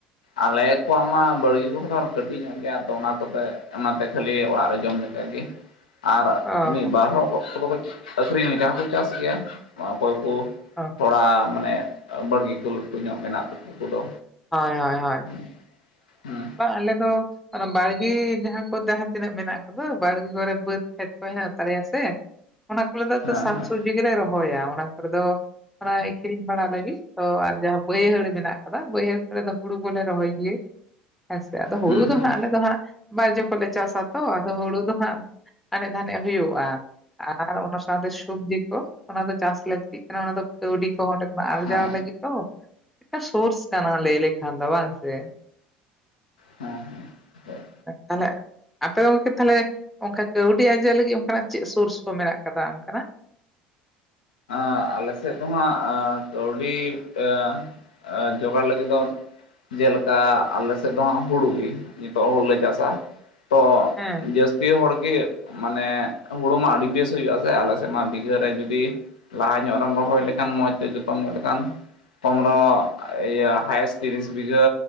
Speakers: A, on the left; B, in the centre.
A: ᱟᱞᱮ ᱠᱚᱣᱟᱜ ᱢᱟ ᱵᱟᱲᱜᱮ ᱠᱚ ᱦᱚ ᱢᱟ ᱠᱟᱹᱴᱤᱡ ᱧᱚᱜ ᱜᱮᱭᱟ ᱟᱫᱚ ᱚᱱᱟ ᱠᱚᱛᱮ ᱚᱱᱟᱛᱮ ᱠᱷᱟᱹᱞᱤ ᱚᱲᱟᱜ ᱨᱮ ᱡᱚᱢ ᱞᱮᱠᱟ ᱜᱮᱼᱼ
B: <unintelligible>
A: ᱟᱨ
B: ᱚ
A: ᱢᱤᱫ ᱵᱟᱨ ᱦᱚᱲ ᱠᱚᱫ ᱠᱚ ᱦᱚ ᱠᱚ ᱟᱹᱠᱷᱨᱤᱧ ᱞᱮᱠᱟ ᱦᱚᱸᱠᱚ ᱪᱟᱥ ᱜᱮᱭᱟ ᱚᱠᱚᱭ ᱠᱚ᱾
B: ᱦᱚ <inaudible>
A: ᱛᱷᱚᱲᱟ ᱢᱟᱱᱮ ᱵᱟᱹᱲᱜᱤ ᱠᱚ ᱞᱟᱹᱴᱩ ᱧᱚᱜ ᱢᱮᱱᱟᱜ ᱛᱟᱠᱚ ᱠᱚᱫᱚ᱾
B: ᱦᱚᱭ ᱦᱚᱭ ᱦᱚᱭ᱾
A: ᱦᱮᱸ ᱦᱮᱸ
B: ᱵᱟᱝ ᱟᱞᱮ ᱫᱚᱼᱼ ᱚᱱᱟ ᱵᱟᱲᱜᱮ ᱡᱟᱦᱟᱸ ᱠᱚ ᱡᱟᱦᱟᱸ ᱛᱤᱱᱟᱹᱜ ᱢᱮᱱᱟᱜ ᱠᱟᱫᱚ ᱵᱟᱲᱜᱮ ᱠᱚᱨᱮ ᱵᱟᱹᱫᱽ ᱠᱷᱮᱛ ᱠᱚ ᱦᱮᱱᱟᱜ ᱛᱟᱞᱮᱭᱟ ᱥᱮᱼᱼ ᱚᱱᱟ ᱠᱚᱨᱮ
A: ᱦᱮᱸ
B: ᱫᱚ ᱥᱟᱠᱥᱚᱵᱽᱡᱤ ᱜᱮᱞᱮ ᱨᱚᱦᱚᱭᱟ ᱚᱱᱟ ᱠᱚᱨᱮ ᱫᱚ᱾ ᱚᱱᱟ ᱟᱠᱷᱨᱤᱧ ᱵᱟᱲᱟ ᱞᱟᱹᱜᱤᱫ ᱛᱚ ᱟᱨ ᱡᱟᱦᱟᱸ ᱵᱟᱹᱭᱦᱟᱹᱲ ᱢᱮᱱᱟᱜ ᱟᱠᱟᱫᱟ ᱵᱟᱹᱭᱦᱟᱹᱲ ᱠᱚᱨᱮ ᱫᱚ ᱦᱩᱲᱩ ᱠᱚᱞᱮ ᱨᱚᱦᱚᱭ ᱜᱤᱭᱟ᱾ ᱦᱮᱥᱮ ᱟᱫᱚ ᱦᱩᱲᱩ
A: ᱦᱩᱸ
B: ᱫᱚ
A: ᱦᱩᱸ
B: ᱦᱟᱸᱜ ᱟᱞᱮ ᱫᱚ ᱦᱟᱸᱜ ᱵᱟᱨ ᱡᱚᱠᱷᱚᱡ ᱞᱮ ᱪᱟᱥ ᱟᱛᱚ ᱟᱫᱚ ᱦᱩᱲᱩ ᱫᱚ ᱦᱟᱸᱜᱼᱼ ᱟᱱᱮᱡ ᱫᱷᱟᱱᱮᱡ ᱦᱩᱭᱩᱜᱼᱟ᱾ ᱟᱨ ᱚᱱᱟ ᱥᱟᱶᱛᱮ ᱥᱚᱵᱽᱡᱤ ᱠᱚ ᱚᱱᱟ ᱫᱚ ᱪᱟᱥ ᱞᱟᱹᱠᱛᱤᱜ ᱠᱟᱱᱟ ᱚᱱᱟ ᱫᱚ ᱠᱟᱹᱣᱰᱤ ᱠᱚᱸᱦᱚᱸ ᱚᱰᱮᱼᱼ ᱟᱨᱡᱟᱣ
A: ᱦᱮᱸ
B: ᱞᱟᱹᱜᱤᱫ ᱛᱚ ᱢᱤᱫᱴᱟᱝ ᱥᱳᱨᱥᱚᱥ ᱠᱟᱱᱟ ᱞᱟᱹᱭ ᱞᱮᱠᱷᱟᱱ ᱫᱚ ᱵᱟᱝ ᱥᱮ᱾
A: ᱦᱮᱸ ᱦᱮᱸ ᱦᱮᱸ
B: ᱛᱟᱦᱚᱞᱮᱼᱼ ᱟᱯᱮ ᱜᱚᱝᱠᱮ ᱛᱟᱦᱚᱞᱮ ᱚᱱᱠᱟ ᱠᱟᱹᱣᱰᱤ ᱟᱨᱡᱟᱣ ᱞᱟᱹᱜᱤᱫ ᱚᱱᱠᱟ ᱱᱟᱜ ᱪᱮᱫ ᱥᱳᱨᱥ ᱠᱚ ᱢᱮᱱᱟᱜ ᱟᱠᱟᱫᱟ ᱚᱱᱠᱟ ᱱᱟᱜ?
A: ᱟᱜ ᱟᱞᱮ ᱥᱮᱫ ᱫᱚ ᱦᱟᱸᱜ <inaudible> ᱠᱟᱹᱣᱰᱤ <inaudible> ᱡᱚᱜᱟᱲ ᱞᱟᱹᱜᱤᱫ ᱫᱚ ᱡᱮᱞᱮᱠᱟ ᱟᱞᱮ ᱥᱮᱫ ᱫᱚ ᱦᱟᱸᱜ ᱦᱩᱲᱩ ᱜᱮ ᱱᱤᱛᱚᱜ ᱦᱩᱲᱩ ᱞᱮ ᱪᱟᱥᱟ ᱛᱚ
B: ᱦᱮᱸ
A: ᱡᱟᱹᱥ ᱛᱤ ᱦᱚᱲ ᱜᱮ ᱢᱟᱱᱮ ᱦᱩᱲᱩ ᱢᱟ ᱟᱹᱰᱤ ᱵᱮᱥ ᱦᱩᱭᱩᱜᱼᱟ ᱥᱮ ᱟᱞᱮ ᱥᱮᱜ ᱢᱟ ᱵᱤᱜᱷᱟᱹ ᱨᱮ ᱡᱩᱫᱤ ᱞᱟᱦᱟ ᱧᱚᱜ ᱨᱮᱢ ᱨᱚᱦᱚᱭ ᱞᱮᱠᱷᱟᱱ, ᱢᱚᱸᱡᱽ ᱛᱮ ᱡᱚᱛᱚᱱ ᱧᱚᱜ ᱞᱮᱠᱷᱟᱱ, ᱯᱚᱱᱨᱚ ᱤᱭᱟᱹ ᱦᱟᱭᱮᱥ ᱛᱤᱨᱤᱥ ᱵᱤᱜᱷᱟᱹ